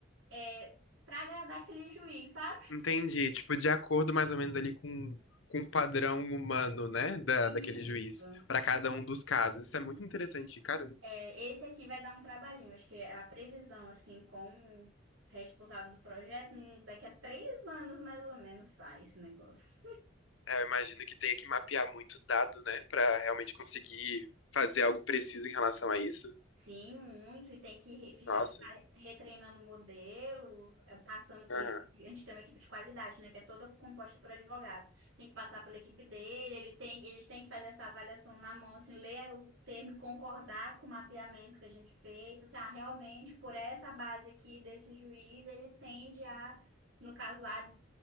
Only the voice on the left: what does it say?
Entendi. Tipo, de acordo mais ou menos ali com, com o padrão humano, né? Da,
daquele juiz, pra cada um dos casos. Isso é muito interessante, cara.
É, eu imagino que tenha que mapear muito dado, né? Pra realmente conseguir fazer algo preciso em relação a isso.
Nossa,
aham.